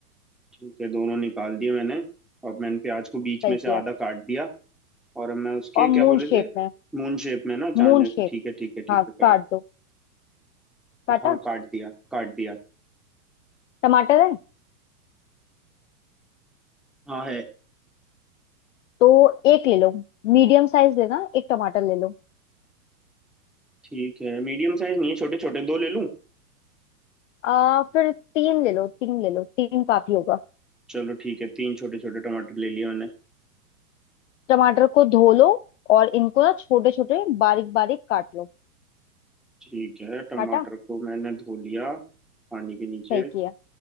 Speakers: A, in the centre; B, on the left (about 55°).
A: ठीक है दोनों निकाल दिए मैंने अब मैंने प्याज को बीच
B: सही
A: में से
B: किया
A: आधा काट दिया और मैं उसके
B: और
A: क्या
B: मून
A: बोले
B: शेप
A: थे
B: में
A: मून शेप में ना
B: मून
A: चांद जैसे
B: शेप
A: ठीक है ठीक है ठीक
B: हाँ
A: है
B: काट दो काटा
A: हाँ काट दिया काट दिया
B: टमाटर है
A: हाँ है
B: तो एक ले लो मीडियम साइज लेना एक टमाटर ले लो
A: ठीक है मीडियम साइज नहीं है छोटे छोटे दो ले लूं
B: आ फिर तीन ले लो तीन ले लो तीन काफी होगा
A: चलो ठीक है तीन छोटे छोटे टमाटर ले लिए मैंने
B: टमाटर को धो लो और इनको ना छोटे छोटे बारीक बारीक काट लो
A: ठीक है टमाटर
B: काटा
A: को मैंने धो लिया पानी के नीचे
B: सही किया